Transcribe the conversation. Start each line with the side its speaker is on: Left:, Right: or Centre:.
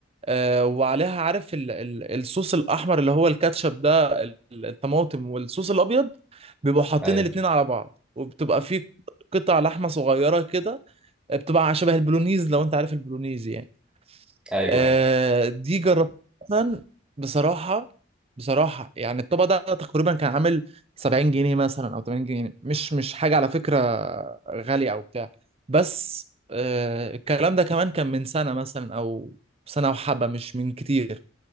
Right: آه، وعليها عارف ال ال الصوص الأحمر اللي هو الكاتشب ده ال- الطماطم والصوص الأبيض بيبقوا حاطين
Centre: ايوه
Right: الاتنين على بعض وبتبقى في قطع لحمة صغيرة كده بتبقى شبه البولونيز لو أنت عارف البولونيز يعني
Centre: ايوه
Right: آه،
Centre: ايوه
Right: دي جربتها بصراحة بصراحة يعني الطبق ده تقريبا كان عامل 70 جنيه مثلا أو 80 جنيه مش مش حاجة على فكرة غالية أو بتاع بس آه، الكلام ده كمان كان من سنة مثلا أو سنة وحبة مش من كتير